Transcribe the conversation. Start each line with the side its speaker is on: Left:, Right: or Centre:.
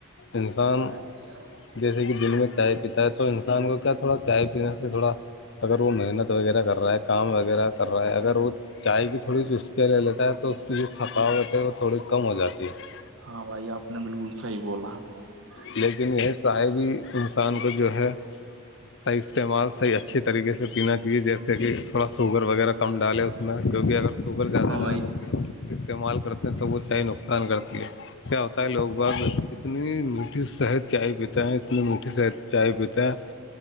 Left: انسان <unintelligible>
Right: ا <inaudible>
Left: جیسے کہ دل میں چائے پیتا ہے انسان کو کیا تھوڑا چیپ <unintelligible> اسپنس تھڑا <unintelligible> اگر وہ محنت وغیرہ کر رہا ہے کام وغیرہ کر رہا ہے اگر وہ چائے کی تھوڑی سی اسک لے لیتا ہے تو اس کی جو تھکاوت ہے وہ تھوڑی کم ہو جاتی ہے
Right: ہاں بھائی آپ نے بالکل صحیح بولا <unintelligible>
Left: لیکن یہی چائے بھی انسان کو جو ہے صحیح استعمال صحیح اچھے طریقے سے پینا چاہیے جیسے کہ تھوڑا شوگر وغیرہ کم ڈالے اس میں جوکہ اگر سوگرر کازا
Right: ہاں بھائی
Left: ڈالک <unintelligible> استعمال کرتے ہیں تو وہتی نقصان کرتی ہے کیا ہوتا ہے لوگ بھگ جتنی <unintelligible> میٹھی صحت چائے پیتے ہیں اتنی میٹھی صحد چائے پیتے ہیں